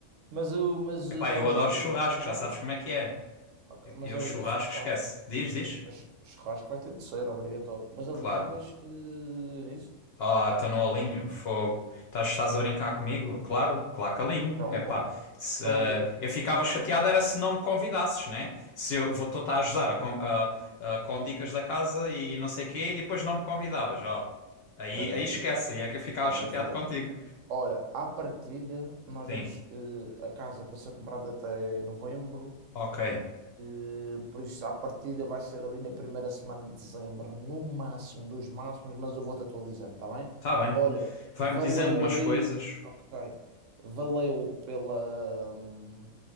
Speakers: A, on the right; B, on the left.
A: Mas, eu- mas
B: Epá,
A: eh,
B: eu
A: alinhavas,
B: adoro churrasco,
A: alinhavas?
B: já sabes como é que é.
A: Ok, mas
B: Eu
A: ali,
B: churrasco,
A: isso, claro.
B: esquece. Diz, diz.
A: Mas churrasco vai ter de ser, obrigatório. Mas alinhavas
B: Claro.
A: eh, nisso?
B: Ah, tá no alinho, fogo. Estás, estás a brincar comigo? Claro, claro que alinho.
A: Tão
B: Epá,
A: bom,
B: se,
A: tão
B: eh,
A: bom.
B: eu ficava chateado era se não me convidasses, né? Se eu vou estar a ajudar a com, a- a- com dicas da casa e não sei o quê, e depois não me convidavas, ó. Aí,
A: Maravilha,
B: aí esquece, aí é que eu ficava
A: maravilha.
B: chateado contigo.
A: Olha, à partida, nós
B: Sim,
A: vamos. eh, a casa para ser comprada até novembro.
B: ok,
A: eh, por isso, à partida, vai ser ali na primeira semana de dezembro, no máximo, dos máximos, mas eu vou-te atualizando, tá bem?
B: tá bem.
A: Olha,
B: Vai-me
A: valeu
B: dizendo umas
A: ali.
B: coisas,
A: Ok. Valeu pela, hum,